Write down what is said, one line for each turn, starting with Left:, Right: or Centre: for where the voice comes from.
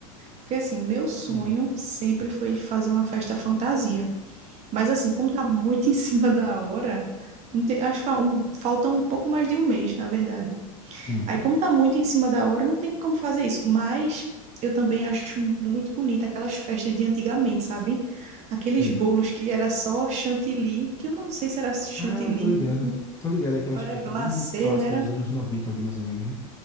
Right: Porque assim, meu sonho
Left: Hum.
Right: sempre foi fazer uma festa fantasia. Mas assim, como tá muito em <laughs> cima da hora, não tem- acho que fa- um- falta um pouco mais de um mês, na verdade.
Left: Hum,
Right: Aí, como tá muito em cima da hora, não tem como fazer isso. Mas eu também acho muito bonita aquelas festas de antigamente, sabe? Aqueles
Left: sei.
Right: bolos que era só chantilly, que eu não sei se era chantilly
Left: Ah, tô
Right: mesmo,
Left: ligado. Tô ligado, aquelas
Right: ou era
Left: festas
Right: glacê,
Left: bem clássicas
Right: né? Era...
Left: dos anos noventa ali, mais ou menos, né?